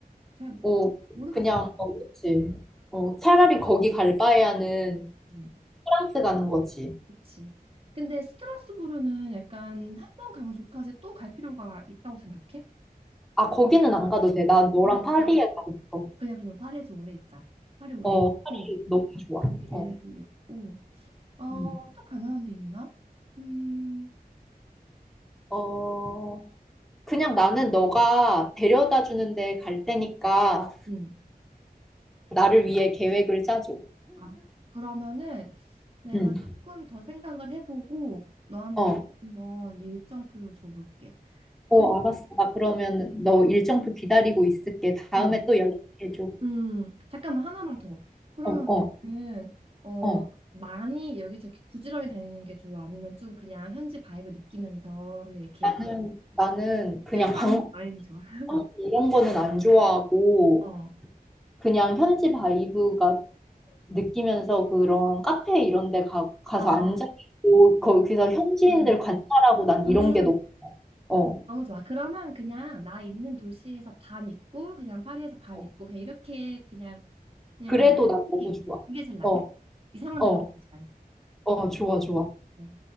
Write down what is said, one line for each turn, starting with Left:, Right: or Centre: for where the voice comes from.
Right: 잘
Centre: 어,
Right: 모르겠어
Centre: 그냥,
Right: 난.
Centre: 어, 그치. 어, 차라리 거기 갈 바에야는
Right: 음,
Centre: 프랑스 가는 거지.
Right: 그치. 근데 스트라스부르는 약간 한 번 가면 좋고 이제 또 갈 필요가 있다고 생각해?
Centre: 아, 거기는 안 가도 돼. 나 너랑
Right: 안 가도
Centre: 파리에
Right: 돼.
Centre: 가고 싶어.
Right: 그냥 그럼 파리에 좀 오래 있자. 파리 오래
Centre: 어,
Right: 있고
Centre: 파리 너무 좋아.
Right: 독일
Centre: 어,
Right: 있고 어,
Centre: 음.
Right: 또 갈만한 데 있나? 음,
Centre: 어, 그냥 나는 너가 데려다 주는데 갈 테니까
Right: 음.
Centre: 나를 위해 계획을 짜줘.
Right: 아, 그러면은 내가
Centre: 응.
Right: 조금 더 생각을 해보고 너한테
Centre: 어.
Right: 한번 일정표를 줘볼게.
Centre: 어,
Right: 근데
Centre: 알았어. 나 그러면 너 일정표 기다리고 있을게. 다음에
Right: 음,
Centre: 또 연락해줘.
Right: 음, 잠깐만 하나만 더. 그러면
Centre: 어, 어,
Right: 너는 어
Centre: 어.
Right: 많이 여기저기 부지런히 다니는 게 좋아? 아니면 좀 그냥 현지 바이브 느끼면서 그냥 이렇게
Centre: 나는, 나는 그냥
Right: 힐한
Centre: 광고
Right: 여행이 좋아? <laughs>
Centre: 이런 거는 안 좋아하고,
Right: 어,
Centre: 그냥 현지 바이브가 느끼면서 그런 카페 이런 데 가, 가서
Right: 어,
Centre: 앉아있고, 거기서 현지인들
Right: 음,
Centre: 관찰하고 난
Right: 음.
Centre: 이런 게 너무, 어.
Right: 너무 좋아. 그러면 그냥 나 있는 도시에서 반 있고 그냥 파리에서 반
Centre: 어.
Right: 있고 그냥 이렇게 그냥 그냥
Centre: 그래도 난
Right: 이게
Centre: 너무 좋아.
Right: 있자. 이게 제일 낫겠다.
Centre: 어,
Right: 이상한
Centre: 어,
Right: 데 돌아가지 말고.
Centre: 어, 좋아, 좋아.
Right: 어.